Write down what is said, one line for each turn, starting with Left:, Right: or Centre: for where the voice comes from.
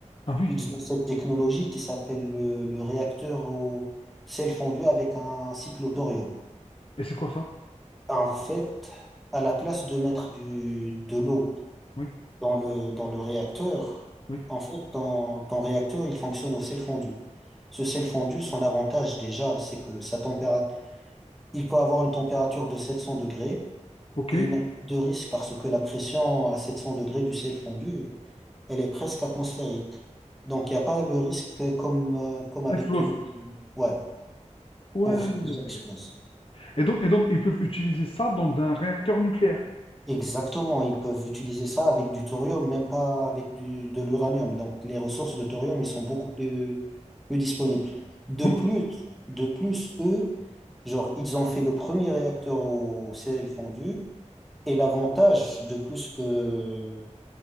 Left: Ah oui.
Centre: Ils ont cette technologie qui s'appelle le, le réacteur au sel fondu avec un cycle au thorium.
Left: Et c'est quoi ça?
Centre: En fait, à la place de mettre du, de l'eau,
Left: oui
Centre: dans le, dans le réacteur,
Left: Oui.
Centre: en fait, ton, ton réacteur, il fonctionne au sel fondu. Ce sel fondu, son avantage déjà, c'est que sa température, il peut avoir une température de 700 degrés
Left: OK?
Centre: et il n'a pas de risque parce que la pression à 700 degrés du sel fondu, elle est presque atmosphérique. Donc, il n'y a pas le risque comme, euh, comme avec
Left: Ça explose.
Centre: de l'eau. Ouais,
Left: Ouais.
Centre: pour que ça explose.
Left: Et donc, et donc, ils peuvent utiliser ça dans un réacteur nucléaire.
Centre: Exactement, ils peuvent utiliser ça avec du thorium, même pas avec du, de l'uranium. Donc les ressources de thorium, ils sont beaucoup plus, plus disponibles. De
Left: Bouc.
Centre: plus, de plus, eux, genre, ils ont fait le premier réacteur au sel fondu. Et l'avantage de plus que